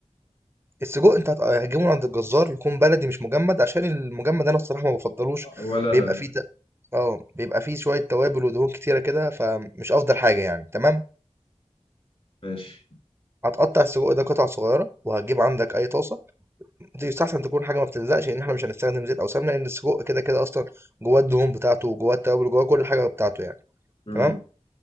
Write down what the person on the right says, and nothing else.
السجق أنت هتجيبه من عند الجزار يكون بلدي مش مجمد عشان المجمد أنا الصراحة ما بفضلوش
بيبقى فيه ت- اه بيبقى فيه شوية توابل ودهون كتيرة كده فمش أفضل حاجة يعني تمام
هتقطع السجق ده قطع صغيرة وهتجيب عندك أي طاسة دي يستحسن تكون حاجة ما بتلزقش لأن احنا مش هنستخدم زيت أو سمنة لأن السجق كده كده أصلا جواه الدهون بتاعته وجواه التوابل وجواه كل حاجة بتاعته يعني
تمام